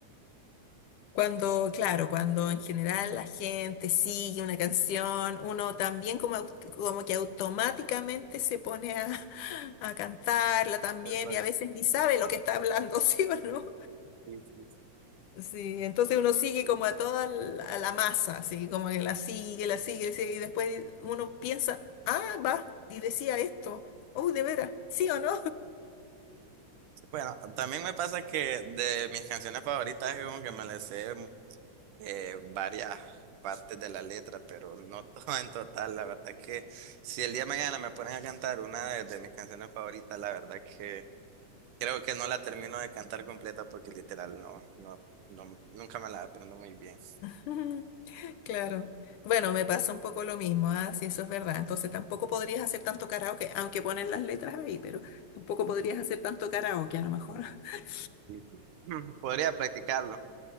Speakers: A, on the left; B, on the right.
A: Cuando, claro, cuando en general la gente sigue una canción, uno también como, au- como que automáticamente se pone a, a cantarla también
B: Exacto.
A: y a veces ni sabe lo que está hablando, <laughs> ¿sí o no?
B: sí, sí, sí.
A: Sí, entonces uno sigue como a toda la, a la masa, así como que la sigue, la sigue, la sigue, y después uno piensa, ah, va, y decía esto, oh, de veras, ¿sí o no?
B: Bueno, también me pasa que de mis canciones favoritas es como que me las sé eh, varias partes de la letra, pero no <laughs> todo en total. La verdad que si el día de mañana me ponen a cantar una de, de mis canciones favoritas, la verdad que creo que no la termino de cantar completa porque literal no, no, no- nunca me la aprendo muy bien.
A: <laughs> Claro. Bueno, me pasa un poco lo mismo, ah, sí, eso es verdad. Entonces tampoco podrías hacer tanto karaoke, aunque ponen las letras ahí, pero tampoco podrías hacer tanto karaoke a lo mejor. <laughs>
B: Y- <laughs> Podría practicarlo,